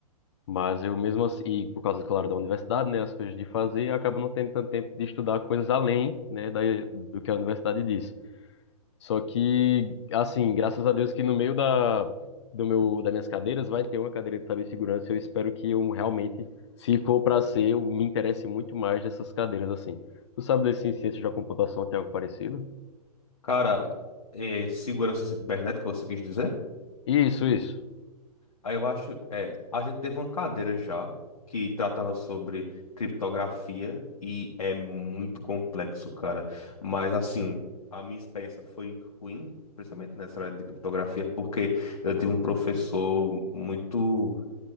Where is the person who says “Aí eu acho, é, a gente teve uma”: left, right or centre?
Left